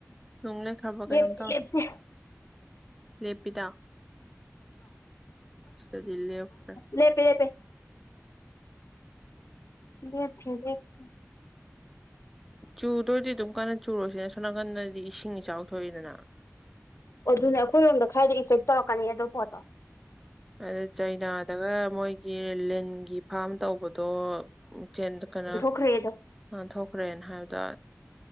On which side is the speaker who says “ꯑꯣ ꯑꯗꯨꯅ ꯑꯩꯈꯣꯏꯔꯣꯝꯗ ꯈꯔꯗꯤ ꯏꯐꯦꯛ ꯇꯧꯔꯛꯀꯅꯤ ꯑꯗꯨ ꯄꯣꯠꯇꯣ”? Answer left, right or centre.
Left